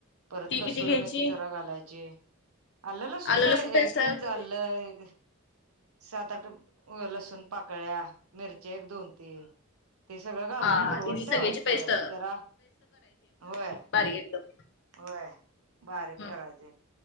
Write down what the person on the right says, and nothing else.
परत
कसुरी
मेथी जरा घालायची. आल्ल लसून
काय?
एक
इंच हल्लं एक- सात आठ लसूण पाकळ्या, मिरच्या एक दोन- तीन ते सगळं घालून
मुरवट,
ठेवायचं
जरा होय-
होय बारीक
करायचे